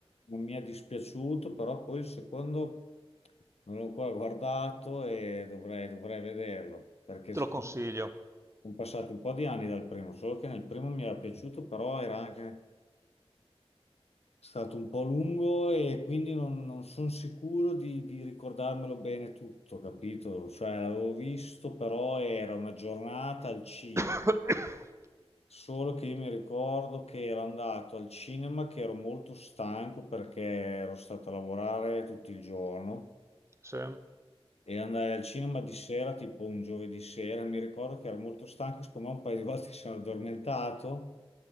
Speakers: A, on the left; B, on the right.
A: Mm. non mi è dispiaciuto, però poi il secondo non l'ho ancora guardato e dovrei, dovrei vederlo, perché
B: te
A: sono
B: lo consiglio.
A: passati un po' di anni dal primo, solo che nel primo mi era piaciuto, però era anche stato un po' lungo e quindi non, non sono sicuro di, di ricordarmelo bene tutto, capito? Cioè l'avevo visto, però era una giornata al cinema.
B: <coughs>
A: Solo che io mi ricordo che ero andato al cinema, che ero molto stanco perché ero stato a lavorare tutto il giorno
B: Sì.
A: e andai al cinema di sera, tipo un giovedì sera. Mi ricordo che ero molto stanco, siccome un paio di volte <laughs> sono addormentato